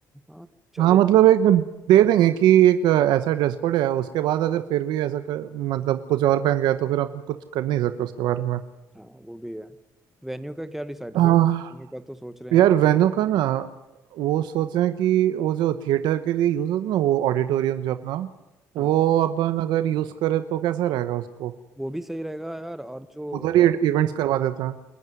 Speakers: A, in the centre; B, on the right.
A: हाँ चले
B: हाँ मतलब एक दे देंगे कि एक ऐसा ड्रेस कोड है उसके बाद अगर फिर भी ऐसा कर, मतलब कुछ और पहन गया तो फिर आप कुछ कर नहीं सकते उसके बारे में
A: हाँ वो भी है वेन्यू का क्या डिसाइड
B: आह,
A: किया वेन्यू का तो सोच रहे हैं
B: यार
A: यार
B: वेन्यू का ना वो सोच रहे हैं कि वो जो थिएटर के लिए यूज़ होता है ना वो ऑडिटोरियम जो अपना
A: हाँ
B: वो अपन अगर यूज़ करें तो कैसा रहेगा उसको
A: वो भी सही रहेगा यार और जो
B: उधर ही इवेंट्स करवा देता है